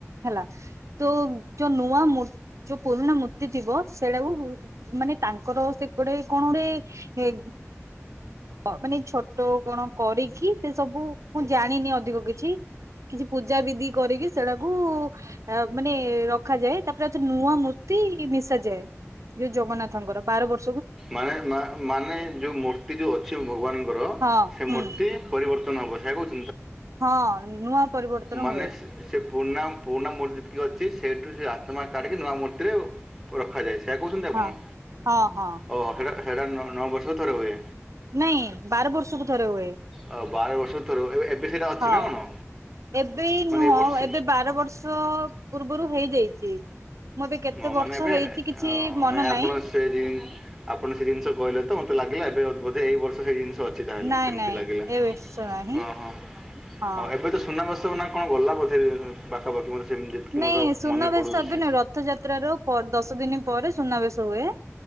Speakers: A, on the right (about 70°); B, in the centre.
A: ହେଲା ତ ଯୋଉ ନୂଆ ମୂର୍ତି ଯୋଉ ପୁରୁଣା ମୂର୍ତ୍ତି ଥିବ ସେଇଟାକୁ ମାନେ ତାଙ୍କର ସେଟେ କଣ ଗୋଟେ ମାନେ ଫଟୋ କଣ କରିକି ସେ ସବୁ ମୁଁ ଜାଣିନି ଅଧିକ କିଛି କିଛି ପୂଜା ବିଧି କରିକି ସେଟାକୁ ଅ ମାନେ ରଖାଯାଏ ତାପରେ ଏ ନୂଆ ମୂର୍ତ୍ତି ମିଶାଯାଏ ଯୋଉ ଜଗନ୍ନାଥଙ୍କର ବାର ବର୍ଷ
B: ମାନେ ମାନେ ଯୋଉ ମୂର୍ତ୍ତି ଯୋଉ ଅଛି ଭଗବାନଙ୍କର
A: ହଁ
B: ସେ
A: ହୁଁ
B: ମୂର୍ତ୍ତି ପରିବର୍ତ୍ତନ ବ ସେ କହୁଛି
A: ହଁ ନୂଆ ପରିବର୍ତ୍ତନ
B: ମାନେ
A: ହୁଏ
B: ସେ ପୁରୁଣା ପୁରୁଣା ମୂତି ଅଛି ସେଇଠୁ ସେ ଆତ୍ମା କାଢ଼ିକି ନୂଆ ମୂର୍ତ୍ତିରେ ରଖାଯାଇଛି। ସେଇା କହୁଛନ୍ତି ଆପଣ
A: ହଁ ହଁ ହଁ
B: ଓ ସେଇଟା ସେଇଟା ନଅ ବର୍ଷ ଥରେ ହୁଏ।
A: ନାଇଁ ବାର ବର୍ଷକୁ ଥରେ ହୁଏ।
B: ଆଉ ବାର ବର୍ଷର ଥର ହୁଏ ଏବେ ସେଇଟା ଅଛି
A: ହଁ।
B: ନା କଣ?
A: ଏବେ
B: ମାନେ
A: ନୁହଁ
B: ଏ ବର୍ଷ
A: ଏବେ ବାର ବର୍ଷ ପୂର୍ବରୁ ହେଇଯାଇଛି। ମୁଁ ଏବେ କେତେ
B: ହ
A: ବର୍ଷ
B: ମାନେ ଏବେ
A: ହେଇଛି କିଛି
B: ଅ
A: ମନ
B: ନାଇଁ
A: ନାହିଁ
B: ଆପଣ ସେ ଆପଣ ସେ ଜିନିଷ କହିଲେ ତ ଲାଗିଲା ଏବେ ବୋଧେ ଏଇ ବର୍ଷ ସେ ଜିନିଷ ଅଛି ତାହେଲେ
A: ନାଇଁ
B: ସେମତି
A: ନାଇଁ
B: ଲାଗିଲା
A: ଏ ବର୍ଷ ନାହିଁ।
B: ଓହୋ
A: ହଁ
B: ଏବେ ତ ସୁ ନା କଣ ଗଲା ବୋଧେ ପାଖାପାଖି ମୋତେ ସେମିତି ଯେତିକି
A: ନାଇଁ
B: ମୋତେ
A: ସୁନାବେଶ
B: ମନେ ପଡ଼ୁଅଛି।
A: ଏବେ ନୁହେଁ ରଥଯାତ୍ରାର ଦଶ ଦିନ ପରେ ସୁନାବେଶ ହୁଏ।